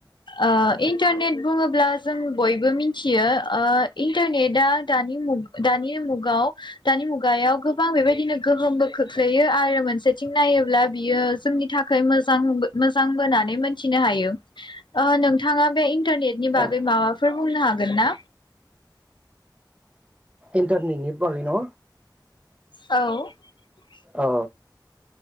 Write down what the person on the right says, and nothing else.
औ
इन्टारनेटनि बागै न
ओ